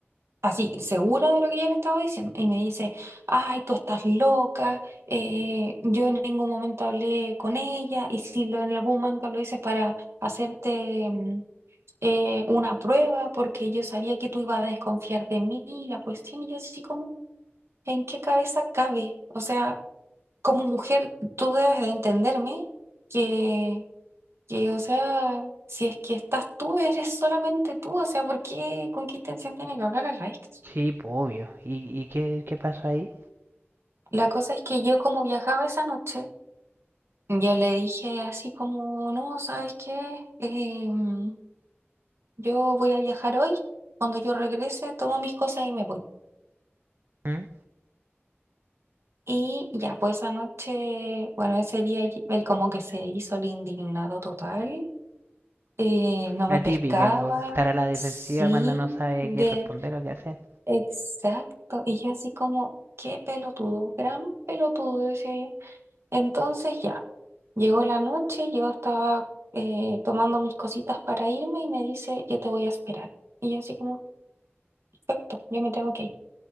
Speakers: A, on the right; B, on the right.
A: así segura de lo que yo le estaba diciendo y me dice, ay, tú estás loca, eh, yo en ningún momento hablé con ella y si lo, en algún momento lo hice para hacerte mm, eh, una prueba porque yo sabía que tú ibas a desconfiar de mí la cuestión y yo así como, ¿en qué cabeza cabe? O sea, como mujer tú debes de entenderme que... Que, o sea, si es que estás tú, eres solamente tú, o sea, ¿por qué, con qué intención tiene que hablar a la ex?
B: Sí, po, obvio. ¿Y, y qué, qué pasó ahí?
A: La cosa es que yo como viajaba esa noche, yo le dije así como, no, ¿sabes qué? Em, yo voy a viajar hoy, cuando yo regrese tomo mis cosas y me voy.
B: ¿Mm?
A: Y ya pues esa noche, bueno, ese día y- él como que se hizo el indignado total, eh, no
B: La
A: me
B: típica,
A: pescaba,
B: por estar a la defensiva
A: sí,
B: cuando no sabe
A: de
B: qué responder o qué hacer.
A: exacto. Y yo así como, qué pelotudo, gran pelotudo, decía yo. Entonces ya, llegó la noche, yo estaba eh, tomando mis cositas para irme y me dice, yo te voy a esperar. Y yo así como, perfecto, yo me tengo que ir.